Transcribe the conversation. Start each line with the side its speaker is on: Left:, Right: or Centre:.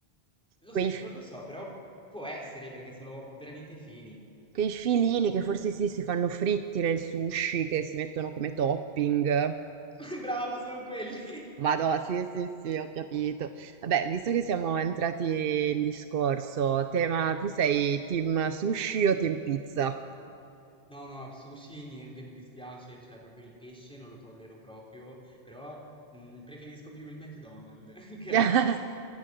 Centre: Lo
Right: Quei,
Centre: sai che
Right: f-
Centre: non lo so, però può essere perché sono veramente fini.
Right: quei filini che forse sì, si fanno fritti nel sushi, che si mettono come topping.
Centre: <laughs> Brava, sono quelli!
Right: Vado, sì, sì, sì, ho capito. Vabbè, visto che siamo entrati in discorso, tema, tu sei team sushi o team pizza?
Centre: No, no, sushi niente, mi dispiace, cioè proprio il pesce non lo tollero proprio, però mm, preferisco più il McDonald's <laughs> che
Right: <laughs>
Centre: la pizza.